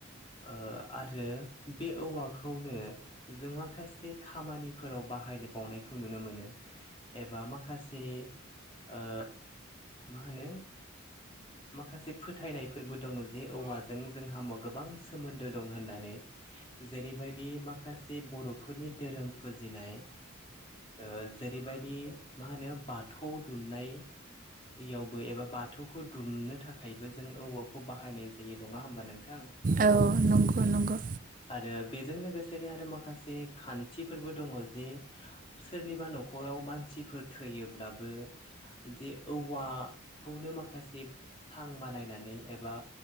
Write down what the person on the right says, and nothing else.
औ नंगौ नंगौ